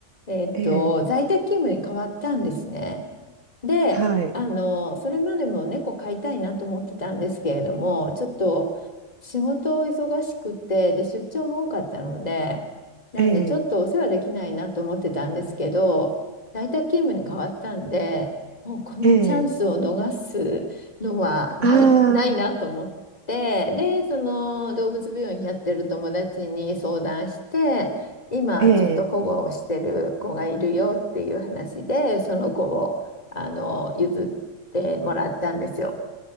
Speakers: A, on the left (about 25°); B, on the right (about 50°).
A: えっと、
B: ええ、ええ
A: 在宅勤務に変わったんですね。で、
B: はい、
A: あの、それまでも猫飼いたいなと思ってたんですけれども、ちょっと仕事を忙しくて、で、出張も多かったので、なんでちょっとお世話できないなと思ってたんですけど、
B: ええ、
A: 在宅勤務に変わったんで、もうこのチャンスを逃すのはない、
B: ええあ
A: ないなと思って、
B: あ、
A: で、その動物病院やってる友達に相談して、今ちょっと保護をしてる子がいるよっていう話で、
B: ええ、
A: その子をあの、譲ってもらったんですよ。